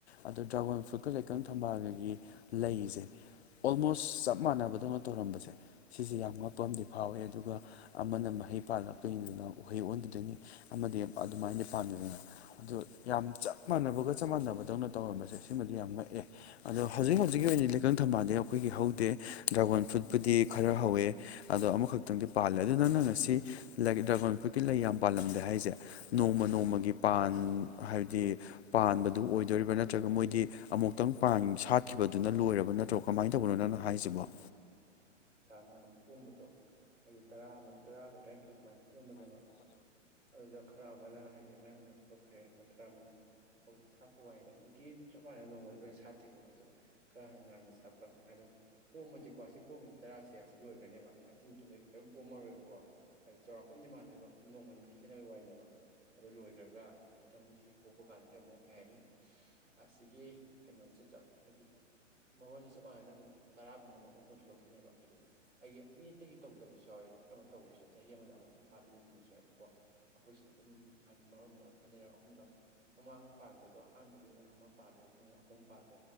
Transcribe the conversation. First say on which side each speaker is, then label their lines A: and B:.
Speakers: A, on the left; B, on the right.
A: ꯑꯗꯨꯗꯣ ꯗ꯭ꯔꯥꯒꯣꯟ ꯐ꯭ꯔꯨꯠꯀ ꯂꯩꯀꯪ ꯊꯝꯕꯥꯜꯒꯒꯤ ꯂꯩꯖ‌ꯦ ꯑꯣꯜꯃꯣꯁ ꯆꯞ ꯃꯥꯟꯅꯕꯗꯧꯅ ꯇꯧꯔꯝꯕꯖ‌ꯦ ꯁꯤꯁꯦ ꯌꯥꯝ ꯉꯛꯄ ꯑꯃꯗꯤ ꯐꯥꯎꯋꯦ ꯑꯗꯨꯒ ꯑꯃꯅ ꯃꯍꯩ ꯄꯥꯜꯂꯛꯛꯇꯣꯏꯅꯤꯗꯅ ꯎꯍꯩ ꯑꯣꯟꯈꯤꯗꯣꯏꯅꯤ ꯑꯃꯗꯤ ꯑꯗꯨꯃꯥꯏꯅ ꯄꯥꯝꯃꯤꯗꯅ ꯑꯗ‌ꯣ ꯌꯥꯝ ꯆꯞ ꯃꯥꯟꯅꯕꯒ ꯆꯞ ꯃꯥꯟꯅꯕꯗꯧꯅ ꯇꯧꯔꯝꯕꯁꯦ ꯁꯤꯃꯗꯤ ꯌꯥꯝ ꯉꯛꯑꯦ ꯑꯗꯣ ꯍꯧꯖꯤꯛ ꯍꯧꯖꯤꯛꯀꯤ ꯑꯣꯏꯅꯗꯤ ꯂꯩꯀꯪ ꯊꯝꯕꯥꯜꯗꯤ ꯑꯩꯈꯣꯏꯒꯤ ꯍꯧꯗꯦ ꯗ꯭ꯔꯥꯒꯣꯟ ꯐ꯭ꯔꯨꯠꯄꯨꯗꯤ ꯈꯔ ꯍꯧꯋꯦ ꯑꯗꯣ ꯑꯃꯈꯛꯇꯪꯗꯤ ꯄꯥꯜꯂꯦ ꯑꯗꯨ ꯅꯪꯅ ꯉꯁꯤ ꯗ꯭ꯔꯥꯒꯣꯟ ꯐ꯭ꯔꯨꯏꯠꯀꯤ ꯂꯩ ꯌꯥꯝ ꯄꯥꯜꯂꯝꯗꯦ ꯍꯥꯏꯖ‌‌ꯦ ꯅꯣꯡꯃ ꯅꯣꯡꯃꯒꯤ ꯄꯥꯟ ꯍꯥꯏꯗꯤ ꯄꯥꯟꯕꯗꯨ ꯑꯣꯏꯗꯣꯔꯤꯕ꯭ꯔꯥ ꯅꯠꯇ꯭ꯔꯒ ꯃꯣꯏꯗꯤ ꯑꯃꯨꯛꯇꯪ ꯄꯥꯟ ꯁꯥꯠꯈꯤꯕꯗꯨꯅ ꯂꯣꯏꯔꯕ ꯅꯠꯇ꯭ꯔꯣ ꯀꯃꯥꯏ ꯇꯧꯕꯅꯣ ꯅꯪꯅ ꯍꯥꯏꯁꯤꯕꯣ
B: ꯍꯅ ꯄꯣꯝꯕꯗꯣ ꯍꯥꯏꯗꯤ ꯇꯔꯥꯃꯨꯛ ꯇꯔꯥꯒ ꯇꯔꯥꯏꯟꯊꯣꯏ ꯑꯗꯨꯃꯥꯏ ꯄꯣꯝꯕꯅꯦꯕ ꯑꯗꯨꯗ ꯈꯔ ꯑꯃꯅ ꯍꯥꯏꯗꯤ ꯉꯔꯥꯡ ꯅꯍꯥꯟ ꯆꯥꯊꯣꯛꯈ꯭ꯔꯦ ꯑꯗ ꯈꯔ ꯑꯃꯅ ꯍꯧꯖꯤꯛ ꯁꯥꯠꯄꯩ ꯋꯥꯅꯤꯗ ꯅꯨꯡꯇꯤ ꯆꯞ ꯃꯥꯟꯅ ꯅꯣꯡꯃꯗ ꯂꯣꯏꯅ ꯁꯥꯠꯇꯦꯕ ꯃꯣꯏꯗꯣ ꯈꯔ ꯍꯥꯟꯅ ꯉꯥꯟꯟꯅ ꯁꯥꯠꯄ ꯑꯗꯣ ꯄꯣꯝꯃꯗꯤꯀꯣ ꯁꯤ ꯄꯣꯝꯃꯦꯕ ꯆꯔꯥꯁꯦ ꯑꯁꯤ ꯂꯣꯏꯒ‍꯭ꯔꯅꯦꯕ ꯑꯁꯤ ꯃꯇꯨꯡꯗ ꯀꯔꯤꯝ ꯄꯣꯝꯃꯔꯣꯏꯕꯀꯣ ꯍꯥꯏꯗꯤ ꯆꯥꯎꯔꯥꯛꯄ ꯑꯃꯗꯤ ꯃꯥꯟꯗꯣꯏꯕ ꯅꯣꯡꯃ ꯅꯤꯅꯤ ꯈꯦꯠꯅꯕꯩ ꯋꯥꯔꯤꯅꯦꯕ ꯑꯗꯨ ꯂꯣꯏꯒ꯭ꯔꯒ ꯑꯗꯨꯒ ꯃꯊꯪꯒꯤ ꯍꯧꯕ ꯀꯥꯟꯗꯗꯤ ꯑꯃꯨꯛ ꯀꯩ ꯍꯥꯏꯅꯤ ꯑꯁꯤꯒꯤ ꯀꯩꯅꯣꯁꯦ ꯆꯞ ꯍꯥꯏꯗꯤ ꯃꯔꯣꯟꯖ‌ꯦ ꯆꯞ ꯃꯥꯟꯅꯅ ꯑꯗꯨꯝ ꯇꯔꯥꯒꯨꯝꯕ ꯑꯃ ꯃꯨꯛ ꯆꯣꯡꯊꯣꯛꯂꯛꯈꯤꯅꯦꯕ ꯍꯥꯏꯗꯤ ꯑꯩꯒꯤ ꯃꯤ ꯑꯇꯩꯒꯤ ꯇꯧꯗꯁꯨ ꯌꯥꯎꯋ‌ꯦ ꯑꯗꯣ ꯈꯔꯅ ꯇꯧꯕꯁꯨ ꯌꯥ ꯆꯍꯤ ꯑꯃꯗ ꯑꯃꯨꯛꯇꯪ ꯄꯥꯂ ꯂꯣꯏꯁꯤꯟꯕꯁꯨ ꯌꯥꯏꯕꯀꯣ ꯑꯩꯈꯣꯏꯁꯤꯗꯤ ꯑꯗꯨꯝ ꯍꯥꯏꯗꯤ ꯃꯔꯣꯟ ꯃꯔꯣꯟ ꯑꯅꯤꯔꯛ ꯑꯍꯨꯝꯂꯛ ꯃꯃꯥꯡ ꯄꯥꯟꯕꯗꯣ ꯑꯍꯥꯟꯕꯒꯤꯗꯨꯅ ꯑꯃ ꯄꯥꯜꯂꯦ ꯃꯊꯪꯅ ꯑꯍꯨꯝ ꯄꯥꯜꯂꯦ